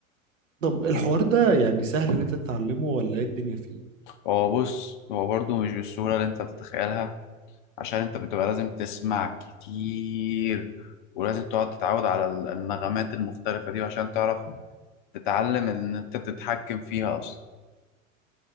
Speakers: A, on the right; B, on the left.
A: طب الحوار ده يعني سهل ان انت تتعلمه ولا ايه الدنيا فيه
B: هو بص هو برضو مش بالسهولة اللي أنت بتتخيلها عشان أنت بتبقى لازم تسمع كتير ولازم تقعد تتعود على ال- النغمات المختلفة دي عشان تعرف تتعلم إن أنت تتحكم فيها